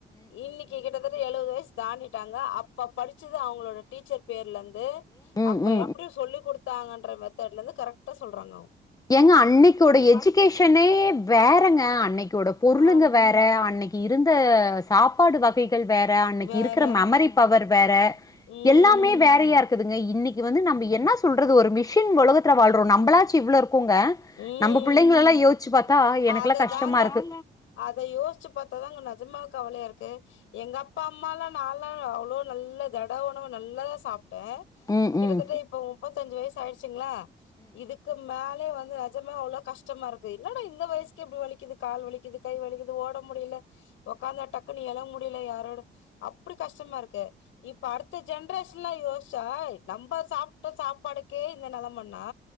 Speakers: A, on the left (about 85°); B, on the left (about 15°).
A: இன்னைக்கு கிட்டத்தட்ட எழுவது வயசு தாண்டிட்டாங்க அப்ப படிச்சு அவங்களோட டீச்சர் பேர்ல இருந்து
B: இருந்து
A: அப்ப எப்டி சொல்லி குடுத்தாங்கன்ற மெத்தட்ல இருந்து கரெக்ட் கரெக்டா சொல்றாங்க அவ்ங்
B: ஏங்க அன்னைக்கோட எஜுகேஷனே வேறங்க அன்னைக்கோட பொருளுங்க
A: ஆம்
B: வேற அன்னைக்கி இருந்த சாப்பாடு வகைகள் வேற அன்னைக்கு
A: வேற
B: இருக்கிற மெமரி பவர் வேற
A: ம்
B: எல்லாமே வேறையா இருக் குதுங்க இன்னிக்கி வந்து நம்ம என்ன சொல்றது ஒரு மிஷின் உலகத்தில் வாழ்றோம் நம்மளாச்சும் இவ்ளோ இருக்கோங்க
A: ம்
B: நம்ம பிள்ளைங்கல்லாம் யோசிச்சு பார்த்தா எனக்கெல்லாம்
A: அததாங்க
B: கஷ்டமா இருக்கு
A: அத யோசிச்சு பாத்தாதாங்க நிஜமா கவலையா இருக்கு எங்க அப்பா அம்மாலாம் நான்ல்லாம் அவ்ளோ நல்ல தட உணவு நல்லாதா சாப்டேன்
B: ம்
A: கிட்டத்தட்ட
B: ம்
A: இப்ப முப்பத் அஞ்சு வயசு ஆயிடுச்சுங்களா இதுக்கு மேலே வந் து நிஜமா அவ்ளோ கஷ்டமா இருக்கு என்னடா இந்த வயசுக்கே இப்டி வலிக்குது கால் வலிக்குது கை வலிக்குது ஓட முடில உக்காந்தா டக்குன்னு எழ முடில யாரோட அப்டி கஷ்டமா இருக்கு இப்ப அடுத்து ஜென்ரேஷன்லாம் யோஸ்ச்சா நம்ம சாப்ட்ட சாப்பாடுக்கே இந்த நிலைமைன்னா